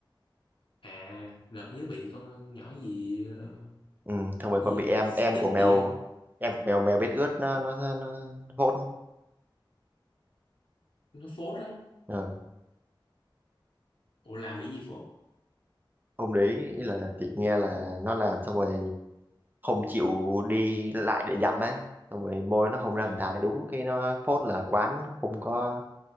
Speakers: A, on the left; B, on the right.
A: à lật nhớ bị con nhỏ gì ờ,
B: ừ, xong rồi
A: cái
B: còn
A: gì
B: bị em
A: stick
B: em của mèo
A: gì ấy
B: em
A: Ờ,
B: của mèo mèo biết ướt nó nó nó, nó hốt
A: nó phốt á
B: ừ.
A: ủa làm bị gì phốt
B: không để ý ý là chị nghe là nó làm xong rồi không chịu đi lại để dặm á xong rồi môi nó không ra
A: ừ
B: hình hài đúng cái nó phốt là quán không có